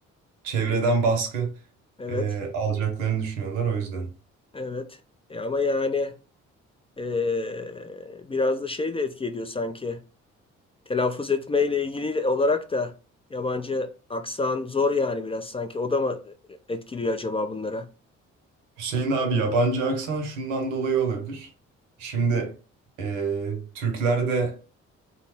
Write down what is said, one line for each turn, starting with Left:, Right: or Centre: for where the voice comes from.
Right: Çevreden baskı
Left: Evet.
Right: e, alacaklarını düşünüyorlar o yüzden.
Left: Evet. E ama yani e, biraz da şey de etki ediyor sanki. Telaffuz etmeyle ilgili olarak da yabancı aksan zor yani biraz sanki. O da mı etkiliyor acaba bunlara?
Right: Hüseyin abi yabancı aksan şundan dolayı olabilir. Şimdi e, Türkler de